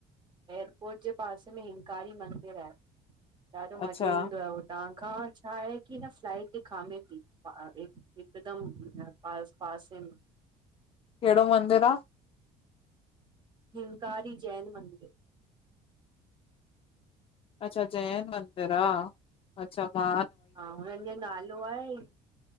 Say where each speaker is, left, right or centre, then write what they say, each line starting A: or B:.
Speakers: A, on the right (about 30°); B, on the left (about 35°).
A: एयरपोर्ट जे पासे में हिमकारी मंदर आहे। ॾाढो
B: अच्छा
A: मज़ो ईंदो आहे उ तांखां छा आहे की न फ्लाइट ॾिखामे थी। हिकदम प पास पासन।
B: केहड़ो मंदर आ?
A: हिमकारी जैन मंदिर।
B: अच्छा जैन मंदिर आ अच्छा मा।
A: हा हुनन जो नालो आहे।